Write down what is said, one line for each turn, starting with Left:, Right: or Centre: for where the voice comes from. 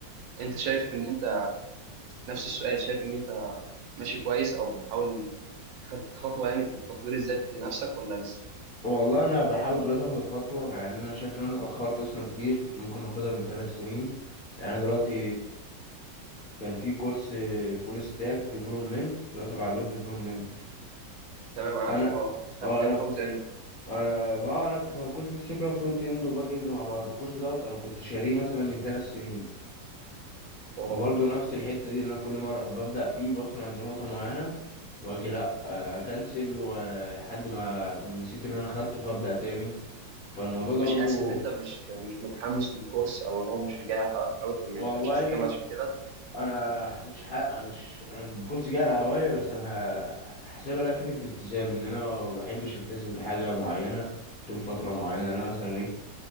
Right: أنت شايف إن أنت نفس السؤال شايف إن أنت ماشي كويس أو بتحاول خدت خطوة يعني في التطوير الذاتي لنفسك ولا لسه؟
Left: والله انا بحاول دلوقتي اخد الخطوه مع ان انا شايف ان انا اتاخرت اصلا كتير كنت ممكن اخدها من ثلاث سنين يعني انا دلوقتي كان في كورس فول ستاك ديفلوبمنت اللي هو تبع الويب ديفلوبمنت
Right: تمام عارفه
Left: انا
Right: أه خدت
Left: اه انا
Right: فرونت
Left: انا ما انا كنت هو كورس فول ستاك اللي هو فرونت اند وباك اند مع بعض الكورس دوت انا كنت شاريه مثلا من ثلاث سنين
Right: إند
Left: وبرضه نفس الحته دي إن انا كل مره ببدا فيه بوصل عند نقطه معينه واجي لا آه، اكنسل ولحد ما كنت نسيت اللي انا خدته فابدا تاني فالموضوع ده
Right: مش
Left: برضو
Right: حاسس ان انت مش مش متحمس للكورس او هو مش جاي على هواك قوي فانت
Left: والله
Right: مش عايز تكمل عشان كده
Left: انا مش حق مش انا الكورس جه على هوايه بس انا ه- حاسبها لها فكره التزام ان انا ما بحبش التزم بحاجه معينه طول فتره معينه انا مثلا ايه